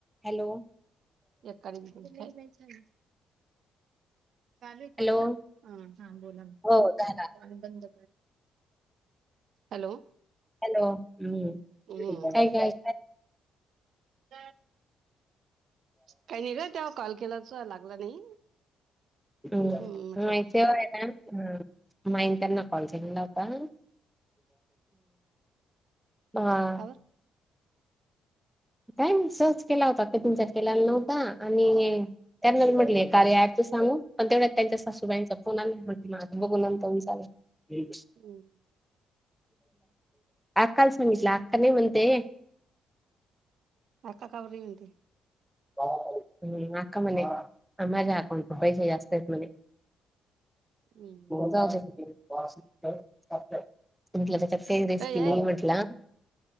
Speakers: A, in the centre; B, on the right (about 65°).
A: Hello
B: एकादी कोण तरी चालू आहे कॉल
A: हॅलो
B: ना ह हा बोला
A: हो झाला
B: कॉल बंद हॅलो
A: हॅलो हम्म
B: हम्म
A: काय काय
B: <inaudible> काही नाही र तेव्हा कॉल केलाच लागला नाही
A: ह
B: हम्म म्हटलं
A: मा मा इंकना कॉल केलेला होता हा
B: का
A: काय सहज केला होता ते तुनच्याार केलाला नव्हता आणि त्यान म्हटले कार्य अँप च सांगू पण तेवढ्या त्यांच्या सासूबाईंचा फोन आला म्हण माझ बघूनंतऊून चाले
B: हम्
A: अकाला सांगितलं अका नाही म्हनते
B: आका का बर ये म्हणती
A: हम् अका मने आमझ अकाउंट पैसा जास्त यत मने
B: हम्म
A: जाऊदे तिकडं तुमला चत रेसिपी
B: अय अय
A: नाही म्हटला